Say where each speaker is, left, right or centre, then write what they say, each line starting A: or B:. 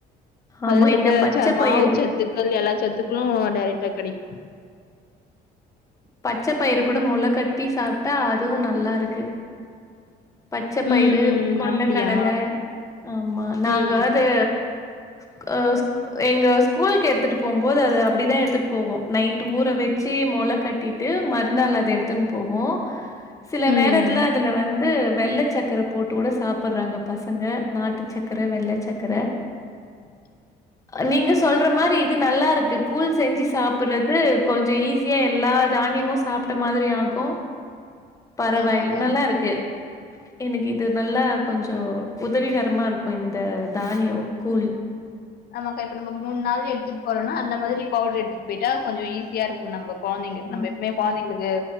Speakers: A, on the left (about 65°); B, on the left (about 20°).
A: அதுல
B: ஆமா.
A: இருக்க
B: இந்த பச்ச
A: மாவு
B: பயிறு
A: சத்துக்கள் எல்லா சத்துக்களு டேரெக்டா கெடைக்கு
B: பச்ச பயிறு கூட மொள கட்டி சாப்ட்டா அதுவு நல்லா இருக்கு பச்ச
A: ம்,
B: பயிறு
A: ம்.
B: கொண்டக்கடல
A: அப்படியா?
B: ஆமா நாங்க
A: ம்,
B: அது <unintelligible> எங்க ஸ்கூலுக்கு எடுத்துட்டு போம்போது அத அப்பிடிதா எடுத்துட்டு போவோ நைட் ஊற வெச்சு மொள கட்டிட் ட்டு மறுநாள் அத எடுத்துன்னு போவோ சில
A: ம்.
B: நேரத்துல அதுல வந்து வெள்ள சக்கர போட்டு கூட சாப்ட்டுறாங்க பசங்க நாட்டு சக்கர வெள்ள சக்கர
A: <inaudible>
B: நீங்க சொல்ற மாரி இது நல்லா இருக்கு கூழ் செஞ்சு சாப்ட்டுறது கொஞ்சோ ஈஸியா எல்லா தானியமு சாப்ட்ட மாதிரி ஆகு பரவாயில்
A: ஆமாக்கா.
B: நல்லா இருக்கு எனக்கு இது நல்லா கொஞ்சோ உதவிகரமா இருக்கு இந்த தானியோ கூழ்
A: நமக்கு இப்ப நம்ம மூணு நாள் எடுத்துட்டு போறோனா அந்த மாதிரி பவுடர் எடுத்துட்டு போயிட்டா கொஞ்சோ ஈஸியா இருக்கு நமக்கு கொழந்தீங்ளுக் நம்ம
B: ம்
A: எப்பமே கொழந்தீங்ளுக்கு